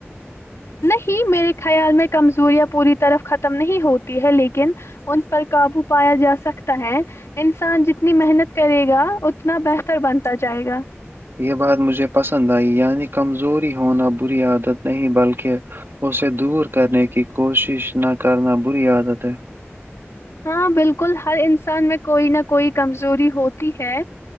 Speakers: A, on the left; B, on the right.
A: نہیں میرے خیال میں کمزوریاں پوری طرف ختم نہیں ہوتی ہے لیکن ان پر قابو پایا جا سکتا ہے انسان جتنی محنت کرے گا اتنا بہتر بنتا جائے گا
B: یہ بات مجھے پسند آئی یعنی کمزوری ہونا بری عادت نہیں بلکہ اسے دور کرنے کی کوشش نہ کرنا بری عادت ہے
A: ہاں بالکل ہر انسان میں کوئی نہ کوئی کمزوری ہوتی ہے